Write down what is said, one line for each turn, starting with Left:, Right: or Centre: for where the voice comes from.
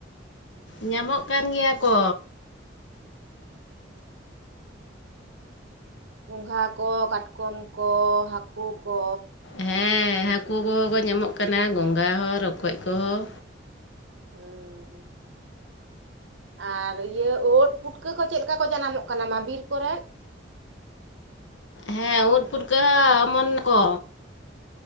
Left: ᱧᱟᱢᱚᱜ ᱠᱟᱱ ᱜᱮᱭᱟ ᱠᱚ᱾
Right: ᱜᱚᱸᱜᱷᱟ ᱠᱚ ᱠᱟᱴᱠᱚᱢ ᱠᱚ ᱦᱟᱹᱠᱩ ᱠᱚ᱾
Left: ᱦᱮᱸ ᱦᱟᱹᱠᱩ ᱠᱚᱦᱚᱸ ᱠᱚ ᱧᱟᱢᱚᱜ ᱠᱟᱱᱟ ᱜᱚᱝᱜᱷᱟ ᱦᱚᱸ ᱨᱚᱠᱚᱡ ᱠᱚᱦᱚᱸ᱾
Right: <inaudible> ᱟᱨ ᱤᱭᱟᱹ ᱳᱫ ᱯᱩᱴᱠᱟᱹ ᱠᱚ ᱪᱮᱫ ᱞᱮᱠᱟ ᱠᱚ ᱡᱟᱱᱟᱢᱚᱜ ᱠᱟᱱᱟ ᱢᱟ ᱵᱤᱨ ᱠᱚᱨᱮᱫ?
Left: ᱦᱮᱸ ᱩᱫ ᱯᱷᱩᱴᱠᱟᱹ ᱦᱚᱸ ᱚᱢᱚᱱ ᱠᱚ᱾